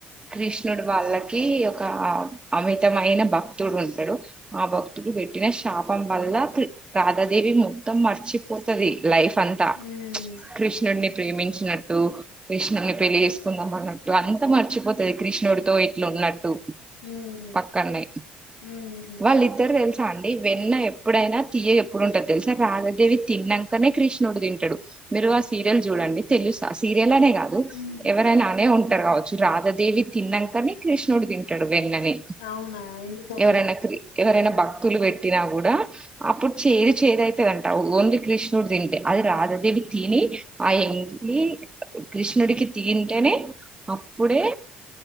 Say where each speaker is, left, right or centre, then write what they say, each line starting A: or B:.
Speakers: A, on the right; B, on the left.
A: కృష్ణుడు వాళ్ళకి ఒక అమితమైన భక్తుడు ఉంటడు ఆ భక్తుడు పెట్టిన శాపం వల్ల రాధాదేవి మొత్తం మర్చిపోతది. లైఫ్ అంతా
B: హ్మ్.
A: కృష్ణుడిని ప్రేమించినట్టు కృష్ణుని పెళ్లి చేసుకుందాం అన్నట్టు అంత మర్చిపో పోతది కృష్ణుడితో ఇట్లు ఉన్నట్టు
B: హ్మ్.
A: పక్కననే
B: హ్మ్.
A: వాళ్ళిద్దరు తెలిసి అండి వెన్న ఎప్పుడైనా తియ ఎప్పుడుంటంది తెలుసా రాధదేవి తిన్నాకనే కృష్ణుడు తింటడు. మీరు ఆ సీరియల్ చూడండి తెలుసు ఆ సీరియల్ అనేగా కాదు
B: హ్మ్.
A: ఎవరైనా అనే ఉంటారు కావచ్చు రాధాదేవి తిన్నంకనే కృష్ణుడు తింటడు. వెన్నని
B: అవునా? ఎందుకండి?
A: ఎవరైనా క్రి ఎవరైనా భక్తులు పెట్ పేట్టినా కూడా అప్పుడు చేదు చేదు అయితదంట ఓన్లీ కృష్ణుడు తింటే అది రాధాదేవి తిని. ఆ ఎంగిలి కృష్ణుడికి తియింటేనే అప్పుడే